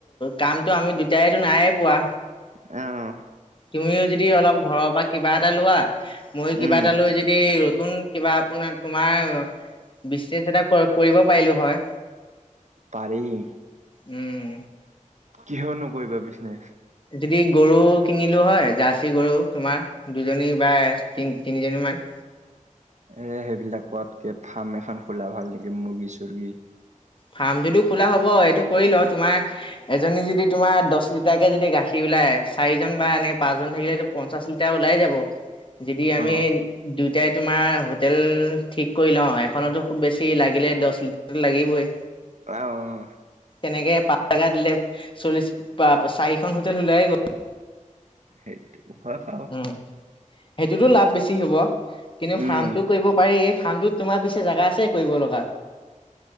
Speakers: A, on the left; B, on the right.
A: কামটো আমি দুটাইতো নায়েই পোৱা।
B: অ'
A: তুমিও যদি অলপ ঘৰৰ পৰা কিবা এটা লোৱা মই কিবা
B: উম
A: এটা লৈ যদি নতুন কিবা আপোনাৰ তোমাৰ বিজনেচ এটা কৰি কৰিব পাৰিলোঁ, হয়।
B: পাৰিবি
A: উম।
B: কিহৰ নো কৰিবা? বিজনেছ?
A: যদি গৰু কিনিলোঁ হয়, জাৰ্চী গৰু। তোমাৰ দুজনী বা তিনি-তিনিজনীমান
B: এ, সেইবিলাক কৰাতকে ফাৰ্ম এখন খোলা ভাল নেকি? মুৰ্গী-চুৰ্গী
A: ফাৰ্মটোতো খোলা হ'ব। এইটো কৰি লওঁ। তোমাৰ, এজনীয়ে যদি তোমাৰ দহ লিটাৰকে যদি গাখীৰ ওলাই, চাৰিজন বা এনেকে পাঁচজন থাকিলেতো পঞ্চাশ লিটাৰ ওলাই যাব। যদি আমি
B: অ
A: দু এতিয়াই তোমাৰ হোটেল ঠিক কৰি লওঁ। এখনতটো খুব বেছি লাগিলে দহ লিটাৰ লাগিবই।
B: অ'।
A: এনেকে পাঁচ <unintelligible> দিলে চল্লিশ বা চাৰিখন হোটেল ওলাই গ'ল
B: সেইটো ঘৰ <unintelligible>
A: উম সেইটোতো লাভ বেছি হ'ব। কিন্তু
B: উম
A: ফাৰ্মটোও কৰিব পাৰি ফাৰ্মটোত, তোমাৰ পিছে জাগা আছে? কৰিব লগা?